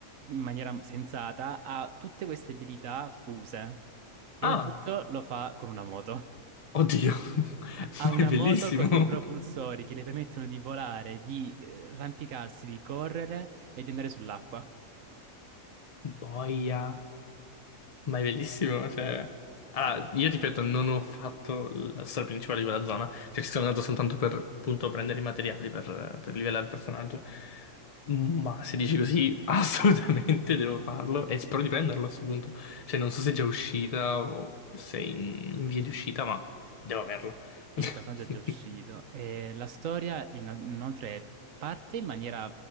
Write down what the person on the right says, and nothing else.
in maniera sensata ha tutte queste abilità fuse. E
il tutto lo fa con una moto.
<laughs> Ha una
moto con dei propulsori che le permettono di volare, di eh, arrampicarsi, di correre e di andare sull'acqua.
Sì,
sì,
il
personaggio è già uscito. E la storia in- inoltre parte in maniera